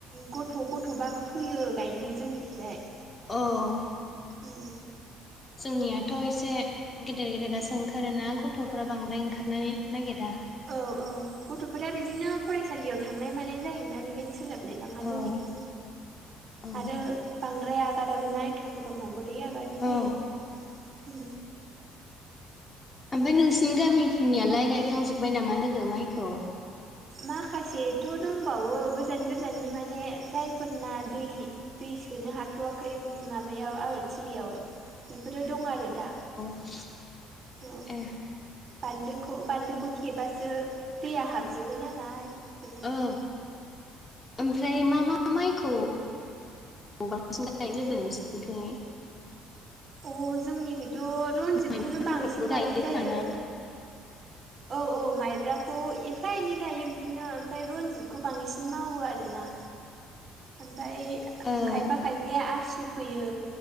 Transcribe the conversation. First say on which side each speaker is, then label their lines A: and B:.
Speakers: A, on the right; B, on the left.
A: गथ' गथ'बाबो फैयो गायनो जोंनिखिजाय
B: औ
A: उम
B: जोंनियाथ' एसे गेदेर गेदेरासो ओंखारोना गथ'फोरारा बांद्राय ओंखारनो नागिरा
A: औ औ गथ'फोरा बिदिनो फरायसालियाव थांनाय मानाय जायोना बेखायनो स सोलाबलायलाङा
B: औ
A: जोंनि खै
B: औ
A: आरो बांद्राय आगाराबो ना एथ' गरमाव बोरै आगारनो
B: औ
A: जायो उ
B: ओमफ्राय नोंसिनि गामिफोरनियालाय गायखांजोबबाय
A: ओं
B: नामा लोगो माइखौ
A: माखासेथ' दंबावो गोजान गोजाननि माने जायफोरना दै दै सोनो हाथ'वाखै माबायाव आबादथिलियाव बेफोरो दं आरो दा
B: <inaudible>
A: अ
B: ए
A: बान्दोखौ बान्दोखौ थेबासो दैया हाब जोबो नालाय बेखायनो
B: औ ओमफ्राय मा मा माइखौ बांसिन गायनाय <unintelligible> नोंसिनिथिं
A: अ जोंनिथिथ' रन्जितखौनो
B: माइब्राफोरखौबो
A: बांसिन
B: गायो
A: गायनाय
B: खोमा
A: जायो
B: ना
A: औ औ माइब्राखौ एफा एनै गायो बिदिनो ओमफ्राय रनजितखौ बांसिन मावो आरोना ओमफ्राय
B: औ
A: खायफा खायफाया आसु फैयो